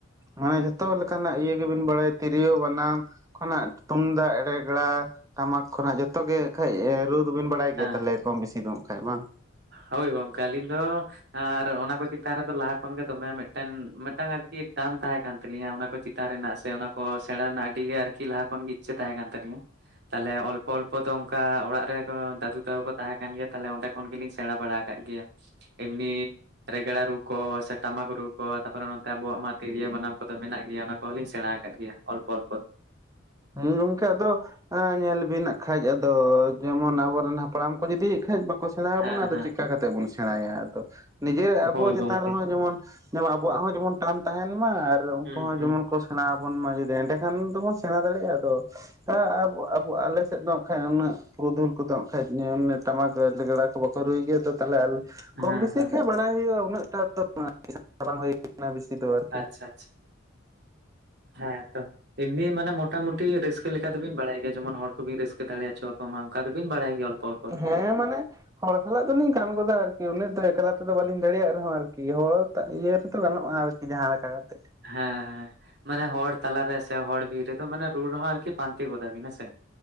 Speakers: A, on the right; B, on the right.
A: ᱢᱟᱱᱮ ᱡᱚᱛᱚ ᱞᱮᱠᱟᱱᱟᱜ ᱤᱭᱟᱹ ᱜᱮᱵᱤᱱ ᱵᱟᱲᱟᱭᱟ ᱛᱤᱨᱭᱳ, ᱵᱟᱱᱟᱢ, ᱠᱷᱚᱱᱟᱜ ᱛᱩᱢᱫᱟᱜ, ᱨᱮᱜᱽᱲᱟ, ᱴᱟᱢᱟᱠ ᱠᱷᱚᱱᱟᱜ ᱡᱚᱛᱚ ᱜᱮ ᱠᱷᱟᱡ ᱨᱩ ᱫᱚᱵᱤᱱ ᱵᱟᱲᱟᱭ ᱜᱮᱭᱟ
B: ᱦᱮᱸ
A: ᱛᱟᱦᱚᱞᱮ, ᱠᱚᱢ ᱵᱤᱥᱤ ᱨᱩᱜ ᱠᱷᱟᱱ ᱵᱟᱝ?
B: ᱦᱳᱭ ᱜᱚᱢᱠᱮ ᱟᱹᱞᱤ ᱫᱚ ᱟᱨ ᱚᱱᱟᱠᱚ ᱪᱮᱛᱟᱱ ᱨᱮᱫᱚ ᱞᱟᱦᱟ ᱠᱷᱚᱱᱜᱮ ᱫᱚᱢᱮ ᱢᱤᱫᱴᱮᱱ ᱢᱤᱫᱴᱟᱝ ᱟᱨᱠᱤ ᱴᱟᱱ ᱛᱟᱦᱮᱸ ᱠᱟᱱ ᱛᱟᱞᱤᱧᱟ ᱚᱱᱟ ᱠᱚ ᱪᱮ ᱪᱮᱛᱟᱱ ᱨᱮᱱᱟᱜ ᱥᱮ ᱚᱱᱟ ᱠᱚ ᱥᱮᱬᱟ ᱨᱮᱱᱟᱜ ᱟᱹᱰᱤ ᱜᱮ ᱟᱨᱠᱤ ᱞᱟᱦᱟ ᱠᱷᱚᱱ ᱜᱮ ᱤᱪᱪᱷᱟᱹ ᱛᱟᱦᱮᱸ ᱠᱟᱱ ᱛᱟᱞᱤᱧᱟ᱾ ᱛᱟᱦᱚᱞᱮ ᱚᱞᱯᱚ ᱚᱞᱯᱚ ᱫᱚ ᱚᱱᱠᱟ ᱚᱲᱟᱜ ᱨᱮ ᱫᱟᱫᱩ ᱛᱟᱠᱚ ᱛᱟᱦᱮᱸ ᱠᱟᱱ ᱜᱮᱭᱟ᱾ ᱛᱟᱦᱮ ᱚᱸᱰᱮ ᱚᱱ ᱜᱮᱞᱤᱧ ᱥᱮᱬᱟ ᱵᱟᱲᱟ ᱟᱠᱟᱫ ᱜᱮᱭᱟ, ᱮᱢᱱᱤ ᱨᱮᱜᱽᱲᱟ ᱨᱩ ᱠᱚ, ᱥᱮ ᱴᱟᱢᱟᱠ ᱨᱩ ᱠᱚ, ᱛᱟᱯᱚᱨᱮ ᱱᱚᱛᱮ ᱟᱵᱚᱣᱟᱜ ᱢᱟ ᱛᱤᱨᱭᱳ, ᱵᱟᱱᱟᱢ, ᱠᱚᱫᱚ ᱢᱮᱱᱟᱜ ᱜᱮᱭᱟ ᱚᱱᱟ᱾ ᱦᱚ ᱞᱤᱧ ᱥᱮᱬᱟ ᱟᱠᱟᱫ ᱜᱮᱭᱟ ᱚᱞᱯᱚ ᱚᱞᱯᱚ᱾
A: ᱢᱩᱸ ᱜᱚᱢᱠᱮ ᱟᱫᱚ ᱧᱮᱞ ᱵᱤᱱ ᱱᱟᱜ ᱠᱷᱟᱡ ᱟᱫᱚ ᱡᱮᱢᱚᱱ ᱟᱵᱚᱨᱮᱱ ᱦᱟᱯᱲᱟᱢ ᱠᱚ ᱡᱩᱫᱤ ᱠᱷᱟᱡ ᱵᱟᱠᱚ ᱥᱮᱬᱟ ᱟᱵᱚᱱᱟ
B: ᱦᱮᱸ
A: ᱟᱫᱚ
B: ᱦᱮᱸ
A: ᱪᱮᱠᱟ ᱠᱟᱛᱮᱫ ᱵᱚᱱ ᱥᱮᱬᱟᱭᱟ, ᱟᱫᱚ ᱱᱤᱡᱮᱨ ᱟᱵᱚ
B: ᱦᱳᱭ
A: ᱪᱮᱛᱟᱱ
B: ᱜᱚᱝᱠᱮ
A: ᱨᱮᱦᱚᱸ ᱡᱮᱢᱚᱱ ᱡᱮᱢᱚᱱ ᱟᱵᱚᱣᱟᱜ ᱦᱚᱸ ᱡᱮᱢᱚᱱ ᱴᱟᱱ ᱛᱟᱦᱮᱱ ᱢᱟ ᱟᱨ ᱩᱱᱠᱩ
B: ᱦᱩᱸ
A: ᱦᱚᱸ
B: ᱦᱩᱸ
A: ᱡᱮᱢᱚᱱ ᱠᱚ ᱥᱮᱬᱟ ᱟᱵᱚᱱ ᱢᱟ ᱡᱩᱫᱤ ᱮᱸᱰᱮᱠᱷᱟᱱ ᱫᱚᱵᱚᱱ ᱥᱮᱬᱟ ᱫᱟᱲᱮᱭᱟᱜᱼᱟ, ᱟᱫᱚ ᱦᱮᱸ ᱟᱵᱚ ᱟᱞᱮ ᱥᱮᱫ ᱫᱚᱜ ᱠᱷᱟᱱᱡ ᱩᱱᱟᱹᱜ ᱯᱩᱨᱩᱫᱷᱩᱞ ᱠᱚᱫᱚ ᱠᱷᱟᱭ ᱴᱟᱢᱟᱠ ᱞᱮᱜᱽᱲᱟ ᱠᱚ ᱵᱟᱠᱚ ᱨᱩᱭ ᱜᱮᱭᱟ ᱛᱚ ᱛᱟᱦᱚᱞᱮ ᱟᱞ
B: ᱦᱮᱸ
A: ᱠᱚᱢ ᱵᱮᱥᱤ
B: ᱦᱮᱸ
A: ᱠᱷᱟᱱᱡ ᱵᱟᱲᱟᱭ ᱦᱩᱭᱩᱜᱼᱟ, ᱩᱱᱟᱹᱜᱴᱟ ᱫᱚ ᱵᱟᱝ ᱵᱟᱝ ᱦᱩᱭ ᱠᱟᱱᱟ ᱵᱮᱥᱤ ᱫᱚ ᱟᱨᱠᱤ᱾
B: ᱟᱪᱪᱷᱟ ᱟᱪᱪᱷᱟ ᱦᱮᱸ ᱛᱚ᱾ ᱮᱢᱱᱤ ᱢᱟᱱᱮ ᱢᱚᱴᱟᱢᱩᱴᱤ ᱨᱟᱹᱥᱠᱟᱹ ᱞᱮᱠᱟ ᱫᱚᱵᱤᱱ ᱵᱟᱲᱟᱭ ᱜᱮᱭᱟ ᱡᱮᱢᱚᱱ ᱦᱚᱲ ᱠᱚᱵᱤᱱ ᱨᱟᱹᱠᱟᱹ ᱫᱟᱲᱮᱚᱪᱚᱣᱟ ᱢᱟ ᱚᱱᱠᱟ ᱫᱚᱵᱤᱱ ᱵᱟᱲᱟᱭ ᱜᱮᱭᱟ ᱚᱞᱯᱚ᱾ ᱚᱞᱯᱚ ᱫᱚ
A: ᱦᱮᱸ ᱢᱟᱱᱮ ᱦᱚᱲ ᱥᱟᱞᱟᱜ ᱫᱚᱞᱤᱧ ᱜᱟᱱ ᱜᱚᱫᱟ ᱟᱨᱠᱤ ᱩᱱᱟᱹᱜ ᱫᱚ ᱮᱠᱞᱟ ᱛᱮᱫᱚ ᱵᱟᱹᱞᱤᱧ ᱫᱟᱲᱮᱭᱟᱜ ᱨᱮᱦᱚᱸ ᱟᱨᱠᱤ, ᱦᱚᱲ ᱤᱭᱟᱹ ᱨᱮᱛᱚ ᱜᱟᱱᱚᱜᱼᱟ ᱟᱨᱠᱤ ᱡᱟᱦᱟᱸ ᱞᱮᱠᱟ ᱠᱟᱛᱮᱫ᱾
B: ᱦᱮᱸ ᱦᱮᱸ ᱢᱟᱱᱮ ᱦᱚᱲ ᱛᱟᱞᱟᱨᱮ ᱥᱮ ᱦᱚᱲ ᱵᱤᱨ ᱨᱮᱫᱚ ᱢᱟᱱᱮ ᱨᱩ ᱨᱮᱦᱚᱸ ᱟᱨᱠᱤ ᱯᱟᱱᱛᱮ ᱜᱚᱫᱟ ᱵᱤᱱ ᱦᱮᱸᱥᱮ?